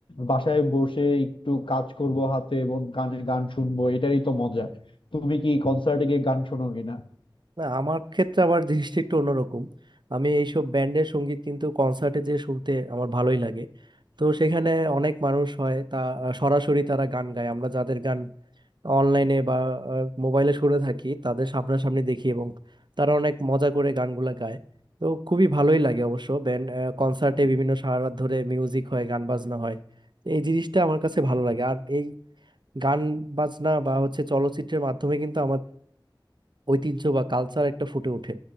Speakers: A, on the left (about 80°); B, on the right (about 65°).
A: বাসায় বসে একটু কাজ করব হাতে এবং কানে গান শুনবো এটাই তো মজা তুমি কি কনসার্টে গিয়ে গান শোনো কিনা
B: না আমার ক্ষেত্রে আবার জিনিসটা একটু অন্যরকম আমি এইসব ব্যান্ডের সঙ্গীত কিন্তু কনসার্টে যে শুনতে আমার ভালোই লাগে তো সেখানে অনেক মানুষ হয় তা সরাসরি তারা গান গায় আমরা যাদের গান অনলাইনে বা মোবাইলে শুনে থাকি তাদের সামনাসামনি দেখি এবং তারা অনেক মজা করে গানগুলা গায় তো খুবই ভালোই লাগে অবশ্য ব্যান্ড কনসার্টে বিভিন্ন সারা রাত ধরে মিউজিক হয় গান বাজনা হয় এই জিনিসটা আমার কাছে ভালো লাগে আর এই গান বাজনা বা হচ্ছে চলচ্চিত্রের মাধ্যমে কিন্তু ঐতিহ্য বা কালচার একটা ফুটে ওঠে